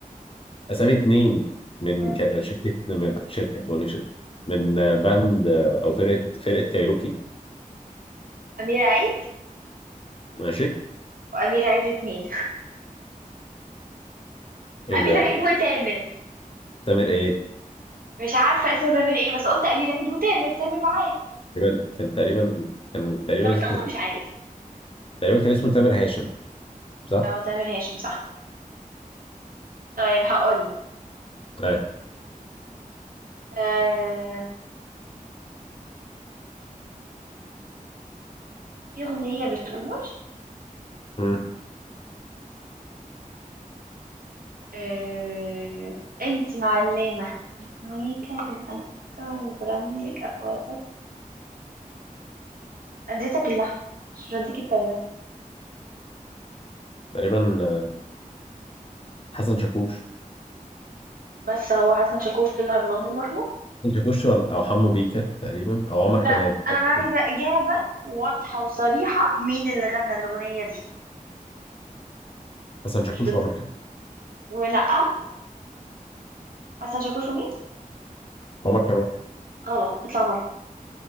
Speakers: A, on the left (about 40°); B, on the right (about 80°).
A: اسامي اتنين من
B: مم.
A: ك- شركه من شركه بقول لك شركه من آه، باند آه، او فرقه فرقه كايروكي
B: أمير عيد
A: ماشي
B: وأمير عيد اتنين
A: ايه
B: أمير
A: ده
B: عيد وتامر
A: تامر ايه
B: مش عارفة اسمه تامر ايه بس قلت أمير عيد وتامر تامر معاه
A: تقريبا كان تقريبا كان تقريبا
B: طب انت
A: اسمه
B: أصلا مش عارف
A: تقريبا كان اسمه تامر هاشم صح؟
B: اه تامر هاشم صح طيب هقول
A: اه
B: آه... في أغنية بتقول
A: مم.
B: آه... انت معلمة ميكا الأنكا برنك أكواتك اديتك اللحن مش هديك الكلمات
A: تقريبا آه، حسن شاكوش
B: بس هو حسن شاكوش طلع بالأغنية لوحده
A: حسن شاكوش ولا- او حمو بيكا تقريبا او عمر
B: لا
A: كمال حاجه
B: أنا عايزة
A: كده.
B: إجابة واضحة وصريحة مين اللي غنى الأغنية دي
A: حسن شاكوش
B: مش بد...
A: وعمر كمال
B: ونقى حسن شاكوش ومين
A: عمر كمال
B: غلط اطلع بره